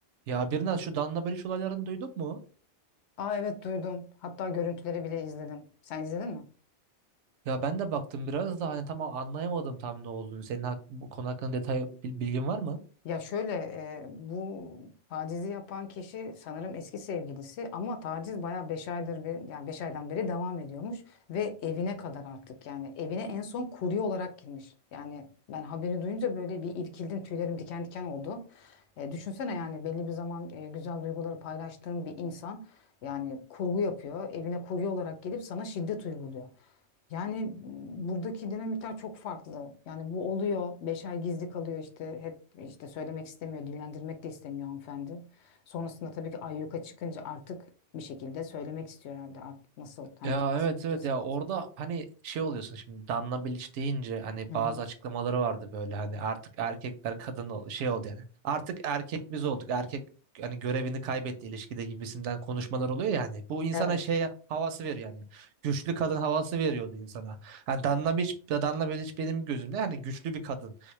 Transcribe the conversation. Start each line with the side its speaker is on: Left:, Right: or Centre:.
Right: Ya biraz şu Danla Baliç olaylarını duydun mu?
Left: Aa evet duydum. Hatta görüntüleri bile izledim. Sen izledin mi?
Right: Ya ben de baktım biraz da hani tam anlayamadım tam ne olduğunu. Senin hak, bu konu hakkında detay bil- bilgin var mı?
Left: Ya şöyle e, bu tacizi yapan kişi sanırım eski sevgilisi ama taciz bayağı 5 aydır bir, yani 5 aydan beri devam ediyormuş ve evine kadar artık yani evine en son kurye olarak girmiş. Yani ben haberi duyunca böyle bir irkildim tüylerim diken diken oldu. E, düşünsene yani belli bir zaman e, güzel duyguları paylaştığın bir insan yani kurgu yapıyor evine kurye olarak gelip sana şiddet uyguluyor. Yani buradaki dinamikler çok farklı. Yani bu oluyor. Beş ay gizli kalıyor işte. Hep işte söylemek istemiyor, dillendirmek de istemiyor hanımefendi. Sonrasında tabii ki ayyuka çıkınca artık bir şekilde söylemek istiyor herhalde. Artık nasıl hani
Right: Ya
Left: kendisi
Right: evet
Left: kötü
Right: evet
Left: hissedince.
Right: ya orada hani şey oluyorsun şimdi Danla Bilic deyince hani
Left: Hı hı.
Right: bazı açıklamaları vardı böyle hani artık erkekler kadın ol- şey oldu yani. Artık erkek biz olduk. Erkek hani görevini kaybetti ilişkide gibisinden konuşmalar oluyor yani. Bu insana
Left: Evet.
Right: şey havası veriyor yani. Güçlü kadın havası veriyordu insana. Yani Danla Bilic, Danla Bilic benim gözümde hani güçlü bir kadın